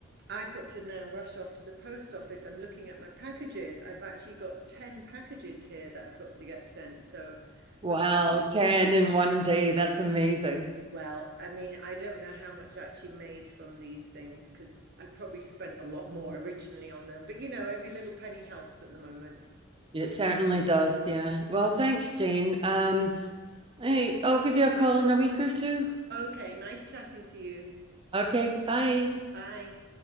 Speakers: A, on the right; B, on the right.
A: I've got to now rush off to the post office. I'm looking at my packages. I've actually got 10 packages here that I've got to get sent. So
B: Wow,
A: I'm,
B: 10 in one day. That's amazing.
A: well, I mean, I don't know how much I actually made from these things because I probably spent a lot more originally on them. But you know, every little penny helps at the moment.
B: It certainly does. Yeah. Well, thanks, Jane. Um, hey, I'll give you a call in a week or two.
A: Okay, nice chatting to you.
B: Okay, bye.
A: Bye.